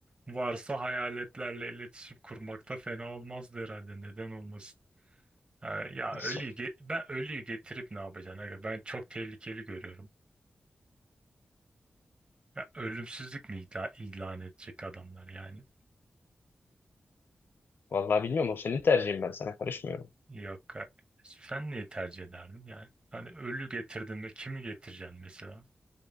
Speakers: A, on the right; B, on the left.
A: varsa hayaletlerle iletişim kurmakta fena olmazdı herhalde. Neden olmasın? Ha, Ya
B: Nasıl?
A: ölüyü ge- ben ölüyü getirip ne yapacaksın? aga? Ben çok tehlikeli görüyorum. Ya ölümsüzlük mi ila- ilan edecek adamlar yani?
B: Vallahi bilmiyorum o senin tercihin ben sana karışmıyorum.
A: Yok. ha. Sen neyi tercih ederdin yani? Hani ölü getirdin ve kimi getireceksin mesela?